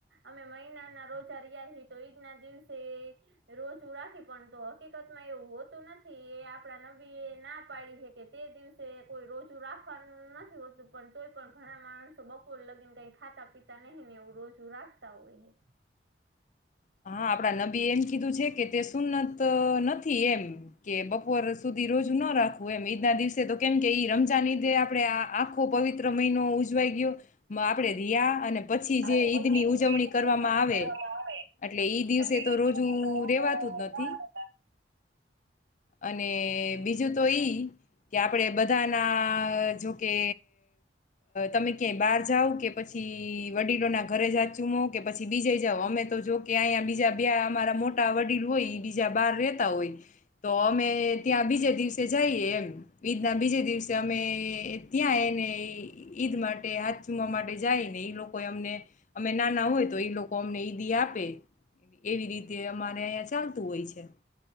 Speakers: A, on the right; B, on the left.
A: અમે મહિનાના રોઝા રહ્યા હી, તો ઈદના દિવસે રોજુ રાખી પણ હકીક તમાં એવું હોતું નથી, એ આપડા નબી એ ના પાડી હે કે તે દિવસે કોઈ રોજુ રાખવાનું નથી હોતું, પણ તોય પણ ઘણા માણસો બપોર લગીન કઈ ખાતા-પીતા નહી ને, એવું રોજુ રાખતા હોય હે.
B: હા. આપડા નબી એમ કીધું છે કે તે સુન્નત નથી, એમ કે બપોર સુધી રોજુ ના રાખવું એમ ઈદના દિવસે તો કેમ કે ઈ રમજાન ઈદે આપડે આખો પવિત્ર મહિનો ઉજવાઈ ગયો. આપડે રિયા અને
A: <unintelligible>
B: પછી જે ઈદની ઉજવણી કરવામાં આવે એટલે ઈ દિવસે
A: એટલે
B: તો
A: ઈ
B: રોજુ રેવાતું જ નથી અને બીજું તો ઈ કે, આપડે બધાના જોકે તમે ક્યાંય બહાર જાઓ કે પછી વડીલોના ઘરે જા ચૂમો કે પછી બીજે જાઓ અમે તો જો કે અહીંયા બીજા બે અમારા મોટા વડીલ હોય ઈ બીજા બાર રેતા હોય તો અમે ત્યાં બીજે દિવસે જઈએ એમ. ઈદના બીજે દિવસે અમે ત્યાં એને ઈદ માટે હાથ ચુમવા માટે જાઈ ને ઈ લોકો અમને અમે નાના હોય તો ઈ લોકો અમને ઈદ આપે એવી રીતે અમારે અહીંયા ચાલતું હોય છે.